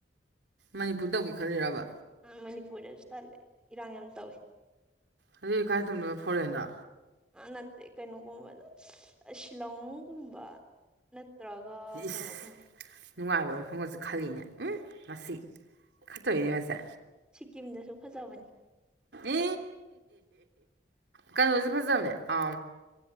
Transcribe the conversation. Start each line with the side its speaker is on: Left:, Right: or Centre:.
Right: ꯃꯅꯤꯄꯨꯔ ꯇꯧꯒꯦ ꯈꯜꯂꯤꯔꯕ
Centre: ꯑ ꯃꯅꯤꯄꯨꯔꯗꯁꯨ ꯇꯜꯂꯦ ꯏꯔꯥꯡ ꯌꯥꯝ ꯇꯧꯏꯤ
Right: ꯍꯧꯖꯤꯗꯤ ꯏ ꯀꯥꯏ ꯇꯝꯅꯣꯏꯕ ꯐꯣꯔꯦꯟꯗ
Centre: ꯅꯠꯇꯦ ꯀꯩꯅꯣꯒꯨꯝꯕꯗ ꯁꯤꯂꯣꯡꯅꯨꯡꯒꯨꯝꯕ ꯅꯠꯇ꯭ꯔꯒ
Right: ꯏꯁ
Centre: ꯀꯩꯅꯣꯒꯨꯝꯕ
Right: ꯅꯨꯡꯉꯥꯏꯕ ꯃꯐꯝꯒꯁꯨ ꯈꯜꯂꯤꯅꯦ ꯎꯝ ꯃꯁꯤ ꯈꯠꯇꯣꯣꯏꯅꯦ ꯃꯁꯦ
Centre: ꯁꯤꯀꯤꯝꯗꯁꯨ ꯐꯖꯕꯅꯤ
Right: ꯏ ꯀꯩꯅꯣꯁꯨꯦ ꯐꯖꯕꯅꯦ ꯑ